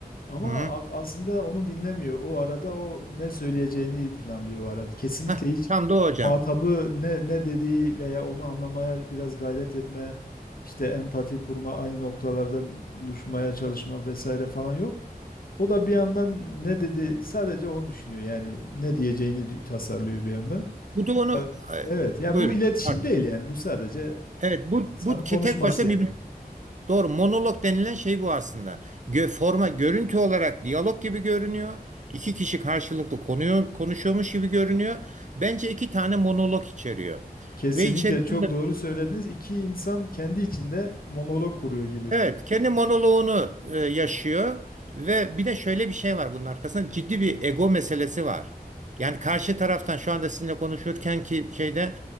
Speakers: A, on the left (about 65°); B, on the right (about 50°).
A: Ama
B: Hı-hı.
A: ak- aslında onu dinlemiyor. O arada o ne söyleyeceğini planlıyor o arada. Kesinlikle
B: Hah,
A: hiç
B: tam da o hocam.
A: muhatabı ne ne dediği veya onu anlamaya biraz gayret etme, işte empati kurma, aynı noktalarda buluşmaya çalışma vesaire falan yok. O da bir yandan ne dedi sadece onu düşünüyor. Yani ne diyeceğini tasarlıyor bir yandan.
B: Bu da onu
A: Tabii.
B: e,
A: Evet. Ya
B: buyurun
A: bu iletişim
B: pardon.
A: değil yani. Bu sadece
B: Evet bu
A: insanın
B: bu
A: konuşması
B: ke- tek başta
A: yani.
B: bir doğru monolog denilen şey bu aslında. Gö, forma görüntü olarak diyalog gibi görünüyor. İki kişi karşılıklı konuyor, konuşuyormuş gibi görünüyor. Bence iki tane monolog içeriyor.
A: Kesinlikle
B: Ve içerisinde
A: çok doğru söylediniz. İki insan kendi içinde monolog kuruyor gibi.
B: Evet, kendi monoloğunu e, yaşıyor ve bir de şöyle bir şey var bunun arkasında ciddi bir ego meselesi var. Yani karşı taraftan şu anda sizinle konuşurken ki şeyde